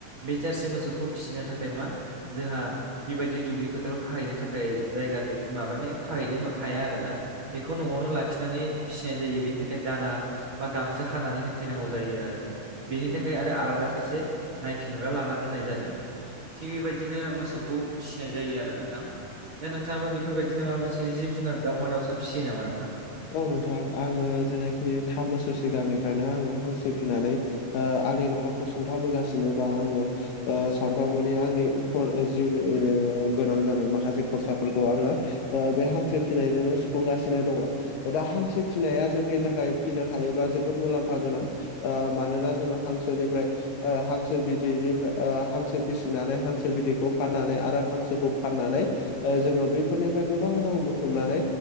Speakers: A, on the right (about 50°); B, on the left (about 75°).
A: बे जारसि मोसौखौ फिसिनो थाखाय मा जोंहा बेबायदि दुब्लि फोथाराव खाहैनो थाखाय जायगा गै माबानो खाहैनो हाया आरो ना। इखौ न'आवनो लाखिनानै फिसिनाय जायो बेनि थाखाय दाना बा गांसो हानानै होफैनांगौ जायो आरो बेनि थाखाय आ आलादा सासे नायफिनग्रा लाना दोननाय जादों। थिग बेबायदिनो मोसौखौ फिनाय जायो आरो नोंथां। दा नोंथाङाबो बेफोरबायदिनो माबा मोनसे जिब जुनार दाउमा दाउसा फिसियो नामा नोंथां?
B: औ नोंथां आङो जेनाखि थाम बोसोर सिगांनिफ्रायनो आङो हांसो फिनानै ओ आंनि न'खरखौ सुंथाबोगासिनो बा आङो ओ सानफ्रामबोनि आंनि खर जिउनि ओ गोनां जानाय माखासे खरसाफोरखौ आङो ओ बे हांसो फिनायजोंनो सुफुंगासिनो दङ दा हांसो फिनाया जोंनि थाखाय फिनो हायोब्ला जोबोद मुलाम्फा गोनां ओ मानोना जोङो हांसोनिफ्राय ओ हांसो बिदैनिफ्रा ओ हांसो फिसिनानै हांसो बिदैखौ फाननानै आरो हांसोखौ फाननानै ओ जोङो बैफोरनिफ्राय गोबां रां बुथुमनानै